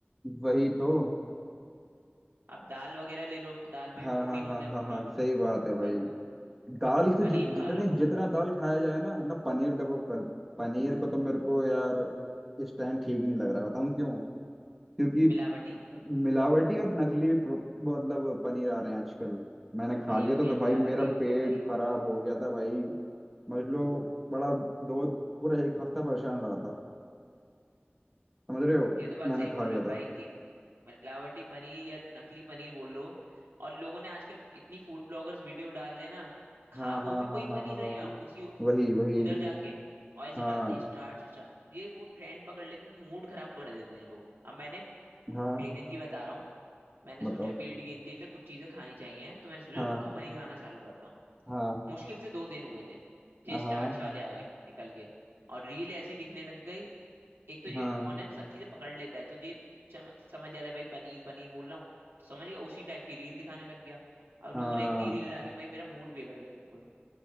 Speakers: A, in the centre; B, on the right (about 80°).
A: वही तो
B: अब दाल वगैरह ले लो दाल में
A: हाँ
B: भी प्रोटीन
A: हाँ हाँ
B: होता है
A: हाँ
B: पूरा
A: हाँ सही बात है भाई
B: भरपूर
A: दाल से
B: पनीर
A: जित जितने
B: खा लो
A: जितना दाल खाया जाए ना ना पनीर देखो कन- पनीर को तो मेरे को यार इस टाइम ठीक नहीं लग रहा है बताऊँ क्यों क्योंकि
B: मिलावटी
A: मिलावटी और नकली भी प्रो- मतलब पनीर आ रहे हैं आजकल मैंने
B: तो
A: खा
B: वही
A: लिया
B: हो
A: था
B: गया
A: तो
B: मिलावटी
A: भाई मेरा
B: हो
A: पेट
B: गया भाई
A: खराब हो गया था भाई समझ लो बड़ा दो पूरा एक हफ्ता परेशान रहा था समझ रहे हो
B: ये तो बात
A: मैंने
B: सही
A: खा
B: बोल
A: लिया
B: रहे हो
A: था
B: भाई कि मिलावटी पनीर या नकली पनीर बोल लो और लोगों ने आजकल इतनी फूड ब्लॉगर्स वीडियो डाल रहे हैं ना खा
A: हाँ हाँ
B: वो भी वही
A: हाँ हाँ
B: पनीर
A: हाँ हाँ
B: रहे हैं उसी
A: वही वही
B: उधर जाके और ऐसे
A: हाँ
B: डाल दें स्टार्च स्टार्च, ये वो ट्रेंड पकड़ लेते हैं मूड खराब कर देते हैं ये लोग अब मैंने
A: हाँ
B: एक दिन की बता रहा हूँ मैंने
A: बताओ
B: सोचा वेट गेन के लिए कुछ चीजें खानी चाहिए तो मैंने सोचा
A: हाँ
B: रूखा पनीर खाना चालू करता हूँ
A: हाँ
B: मुश्किल से दो दिन हुए थे ये
A: हाँ
B: स्टार्च वाले आ गए निकल के और रील ऐसी दिखने लग गई एक तो ये
A: हाँ
B: फोन है ना सब चीजें पकड़ लेता है तो ये सम, समझ जा रहा है भाई पनीर पनीर बोल रहा हूँ तो समझ गया उसी टाइप की रील दिखाने लग गया अब
A: हाँ
B: लोगों ने इतनी रील डाली भाई मेरा मूड बिगड़ गया बिल्कुल